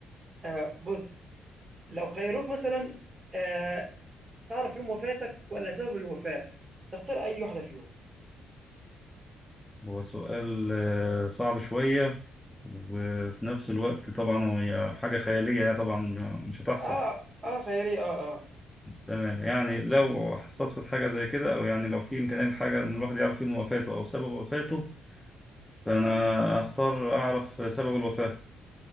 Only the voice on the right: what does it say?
آه بص لو خيروك مثلا آه تعرف يوم وفاتك ولا سبب الوفاه تختار اي واحده فيهم
اه اه خيالي اه اه
مم.